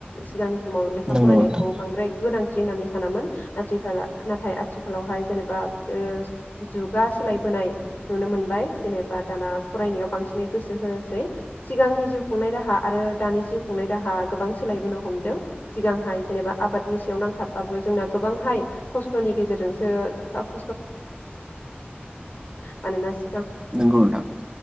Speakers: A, on the left; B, on the right.
A: सिगांनि समाव लेखा
B: नंगौ
A: फरायनायखौ
B: नोंथां
A: बांद्राय गोनांथि होननानै सानामोन आथिाल नाथाय आथिखालावहाय जेनेबा ओ जुगा सोलायबोनाय नुनो मोनबाय जेनेबा दाना फरायनायाव बांसिनै गोसो होसै सिगांनि जिउ खुंनाय राहा आरो दानि जिउ खुंनाय राहा गोबां सोलायबोनो हमदों सिगांहाय जेनेबा आबाद नि सायाव नांथाबबाबो जोंना गोबांहाय खस्थ'नि गेजेरजोंसो आननासि
B: नोंगौ नोंथां